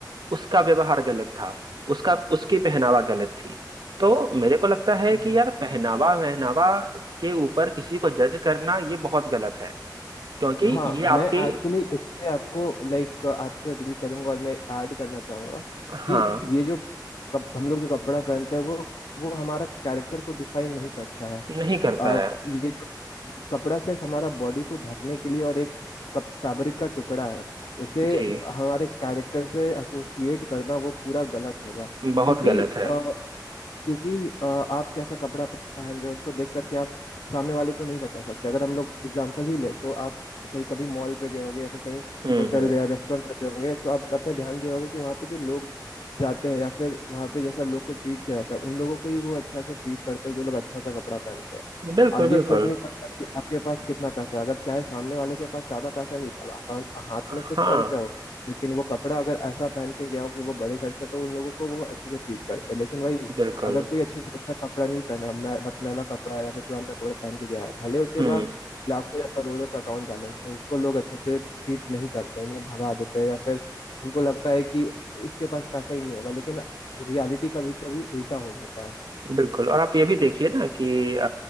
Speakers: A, on the right; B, on the left.
A: उसका व्यवहार गलत था उसका उसकी पहनावा गलत थी तो मेरे को लगता है
B: हम्म।
A: कि यार पहनावा वहनावा के ऊपर किसी को जज करना ये बहुत गलत है क्योंकि
B: हाँ
A: ये
B: मैं
A: आपकी
B: एक्चुअली इस पे आपको लाइक आपसे अग्री करूंगा और मैं ऐड करना चाहूंगा
A: हाँ
B: कि ये जो कप, हम लोग जो कपड़ा पहनते हैं वो वो हमारा कैरेक्टर को डिफाइन नहीं करता है
A: नहीं करता
B: अ,
A: है
B: ये जो कपड़ा सिर्फ हमारा बॉडी को ढकने के लिए और एक कप फैब्रिक का टुकड़ा है उसे
A: जी
B: हमारे कैरेक्टर से एसोसिएट करना वो पूरा गलत होगा
A: बहुत
B: क्योंकि
A: गलत है
B: अ, क्योंकि अ, आप कैसा कपड़ा पहन रहे हो उसको देख करके आप सामने वाले को नहीं बता सकते अगर हम लोग एग्जाम्पल ही ले तो आप कहीं कभी मॉल पे गए होंगे या फिर कहीं
A: हम्म
B: होटल
A: हम्म
B: या रेस्टोरेंट पे गए होंगे तो आप आपने ध्यान दिया होगा कि वहाँ पे जो लोग जाते हैं या फिर वहाँ पे जैसा लोग को ट्रीट किया जाता है उन लोगों को ही वो अच्छा से ट्रीट करते हैं जो लोग अच्छा सा कपड़ा पहनते हैं
A: बिल्कुल
B: अब ये
A: बिल्कुल
B: फर्क नहीं पड़ता कि आपके पास कितना पैसा है अगर चाहे सामने वाले के पास ज्यादा पैसा नहीं अकाउंट हाथ में सिर्फ
A: हाँ
B: सौ रुपया हो लेकिन वो कपड़ा अगर ऐसा पहन के गया हो कि वो बड़े घर से तो उन लोगों को वो अच्छे से ट्रीट करते हैं लेकिन वही
A: बिल्कुल
B: अगर कोई अच्छे से अच्छा कपड़ा नहीं पहना मैं मैला कपड़ा या फिर पुराना कपड़ा पहन के गया है भले उसके
A: हम्म
B: पास लाखों या करोड़ों पे अकाउंट बैलेंस है उसको लोग अच्छे से ट्रीट नहीं करते उन्हें भगा देते हैं या फिर उनको लगता है कि उसके पास पैसा ही नहीं होगा लेकिन रियलिटी कभी कभी उल्टा हो जाता है
A: बिल्कुल और आप ये भी देखिए ना कि अ,